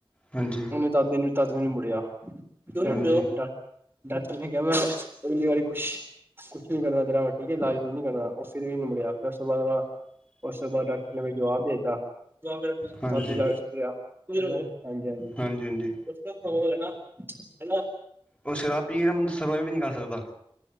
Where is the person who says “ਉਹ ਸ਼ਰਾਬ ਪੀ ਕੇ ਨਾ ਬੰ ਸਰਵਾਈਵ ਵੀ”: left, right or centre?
Left